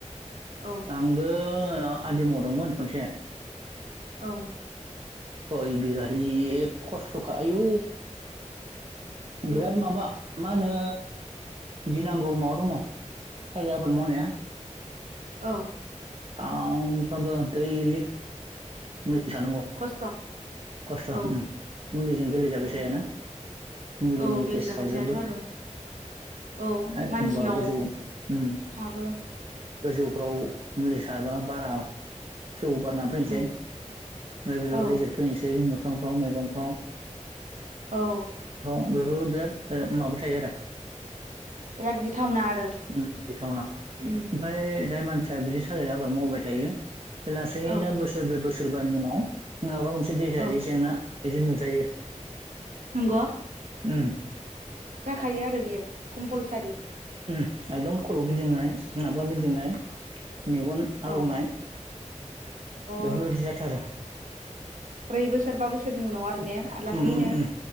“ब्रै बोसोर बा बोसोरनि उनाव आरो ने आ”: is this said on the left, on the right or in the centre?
Right